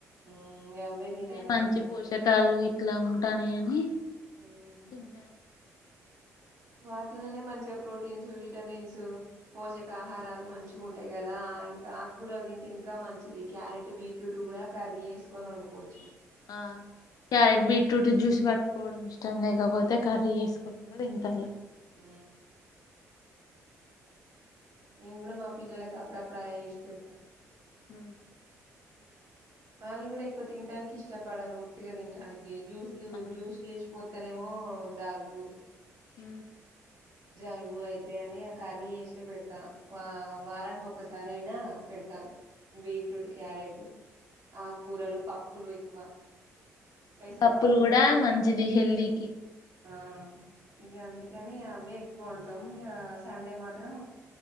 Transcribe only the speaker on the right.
ఉమ్ అవే
తినాలి
కదా మరి
ఉమ్
వాటిలోనే మంచిగా ప్రోటీన్స్ విటమిన్సు పోషక ఆహారాలు మంచి చ్చు ఉంటాయి కదా ఇంకా ఆకుకరలు తింటే ఇంకా మంచిది క్యారెట్ బీట్రూట్ కూడా కర్రీ వేసుకొని వండుకోవచ్చు
ఆ నెన్ కూడా మా పిల్లలలకు అప్పుడప్పుడు అవె వేసి పెడతా
వాళ్ళు కూడా ఎక్కువ తినడానికి ఇష్టం ఇష్టపడరు ఒట్టిగా తినటానికి కి జూస్
జూస్స్ చెసి పొ తనేమో దగు
జలుబు అయితే అని ఆ కర్రీ చేసే పెడతా వారానికి ఒసారి అయినా పెడతా బీట్రూట్ క్యారెట్ ఆకు కూరలు పప్పులు ఎక్కువ పెసరపప్పు
ఆ ఇక అందుకని అవ్వే ఎక్కువ వండుత <unintelligible> సండే మాత్రం